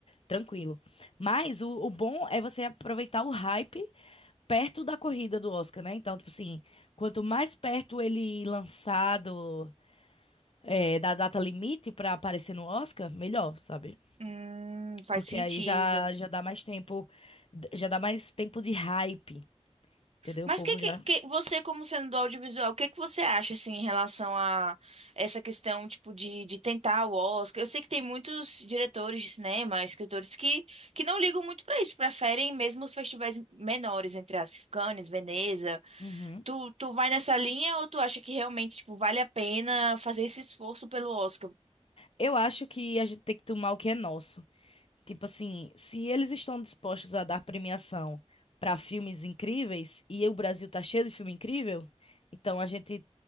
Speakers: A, on the left; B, on the right.
A: tranquilo. Mas o, o bom é você aproveitar o hype perto da corrida do Oscar, né? Então, tipo assim, quanto mais perto ele lançado é, da data limite para aparecer no Oscar, melhor, sabe?
B: Hum, faz
A: Porque
B: sentido.
A: aí já, já dá mais tempo, já dá mais tempo de hype, entendeu?
B: Mas
A: O povo
B: que, que,
A: já.
B: que você, como sendo do audiovisual, o que que você acha assim em relação a essa questão tipo de, de tentar o Oscar? Eu sei que tem muitos diretores de cinema, escritores que, que não ligam muito pra isso, preferem mesmo os festivais menores, entre aspas, tipo Cannes, Veneza.
A: Uhum.
B: Tu, tu vai nessa linha ou tu acha que realmente tipo vale a pena fazer esse esforço pelo Oscar?
A: Eu acho que a gente tem que tomar o que é nosso. Tipo assim, se eles estão dispostos a dar premiação para filmes incríveis e o Brasil tá cheio de filme incrível, então a gente